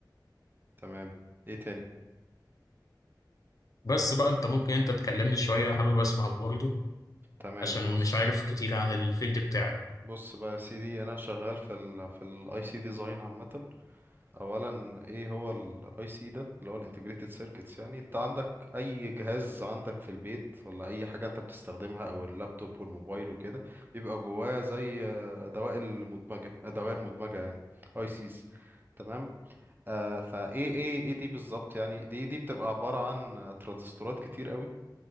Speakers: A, on the right (about 25°); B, on the left (about 50°).
A: تمام ايه تاني
B: بس بقى أنت ممكن أنت تكلمني شوية حابب أسمع برضه
A: تمام
B: عشان
A: بص
B: مش عارف كتير عن الفيلد بتاعك
A: بص بقى يا سيدي انا شغال في ال في الاي سي ديزاين عامة اولا ايه هو الاي سي ده اللي هو الانتجريتد سيركتس يعني انت عندك اي جهاز عندك في البيت ولا اي حاجه انت بتستخدمها او اللابتوب والموبايل وكده بيبقى جواه زي آه، دوائر مدمجه آه، دوائر مدمجه يعني اي سيز تمام آه فايه ايه ايه دي بالظبط يعني دي دي بتبقى عباره عن آه، ترانزستورات كتير قوي